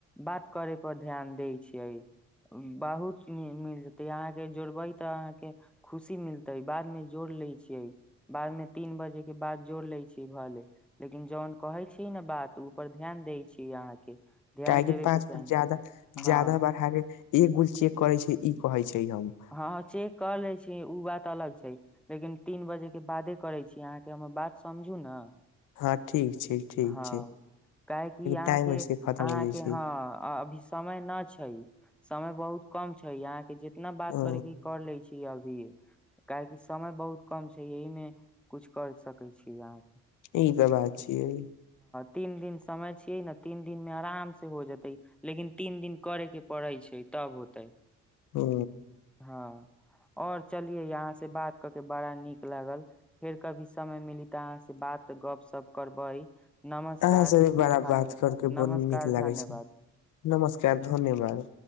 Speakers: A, in the centre; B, on the left.
A: बात करे पर ध्यान दै छियै बहुत मिल जेतै अहाँके जोड़बै तऽ अहाँके। खुशी मिलते बाद मे जोड़ ले छियै बाद मे तीन बजे के बाद जोड़ ले छी भले लेकिन जौन कहे छीियै ने बात ऊपर ध्यान दै छीिय अहाँके। ध्यान
B: त कि
A: देबे
B: पाँच
A: के चाही
B: फुट जादा जाददा
A: हँ
B: बार हे। ए गुल चेक करे छै ई कहै छै। हम
A: हँ चेक क लै छी। ओ बात अलग छै लेकिन तीन बजे के बादे करै छी अहाँके हमर बात समझु ने।
B: हँ ठीक छै ठीक
A: हँ
B: छै
A: काहेकि अहाँके
B: टाइम ऐसे खतम
A: अहाँके
B: हो जाइ छै
A: हँ अभी समय नहि छै। समय बहुत कम छै यहाँ के जितना।
B: ह
A: करके कर ले छी अभी। काहेकि समय बहुत कम छै एहिहमे कुछ कर सकैत छीियै अहाँ।
B: ई त भ। छिय।
A: तीन दिन समय छियै ने तीन दिन मे आराम से हो जेतै लेकिन तीन दिन करे के पड़ै छै तब होतै।
B: हु।
A: हँ और चलिये अहाँ से बात क के बड़ा नीक लागल फेर कभी समय मिली तऽ अहाँ से बात गप सप करबै। नमस्कार
B: अहाँ सब भ बड़ा
A: धन्य
B: बात करके
A: नमस्कार
B: ब नीक लागे
A: धन्यवाद
B: छै। नमस्कार धन्यवाद।